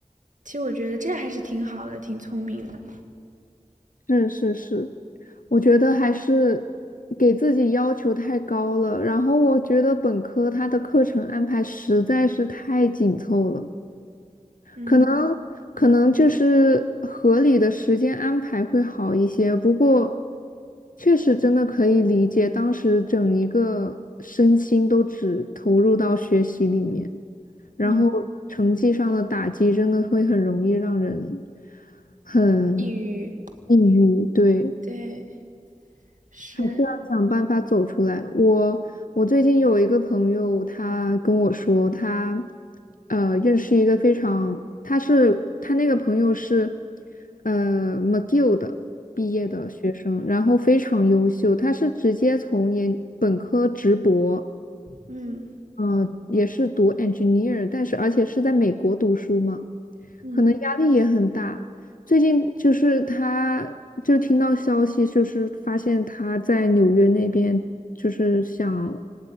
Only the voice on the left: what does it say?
是是是，我觉得还是给自己要求太高了。然后我觉得本科它的课程安排实在是太紧凑了。
可能可能就是合理的时间安排会好一些，不过确实真的可以理解，当时整一个身心都只投入到学习里面，然后成绩上的打击真的会很容易让人
很
抑郁，对，
还是要想办法走出来。我我最近有一个朋友，他跟我说，他呃认识一个非常，他是他那个朋友是呃 McGill 的毕业的学生，然后非常优秀，他是直接从研本科直博。
呃，也是读 engineer，但是而且是在美国读书嘛，
可能压力也很大。最近就是他，就听到消息，就是发现他在纽约那边就是想